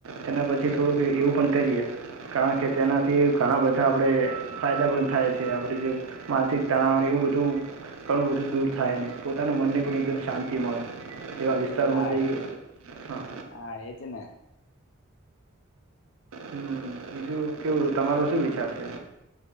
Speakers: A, on the right; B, on the left.
A: તેના પછી થોડુંક એવું પણ કરીએ કારણ કે તેનાથી ઘણા બધા આપડે ફાયદા પણ થાય છે આપણી જે માનસિક તણાવને એવું બધું ઘણું બધું દૂર થાય અનેને પોતાના મનને પણ એકદમ શાંતિ મળે એવા વિસ્તારોમાં
B: હા
A: જઈએ હા
B: હા એજ ને
A: હમ બીજું કેવું તમારો શું વિચાર છે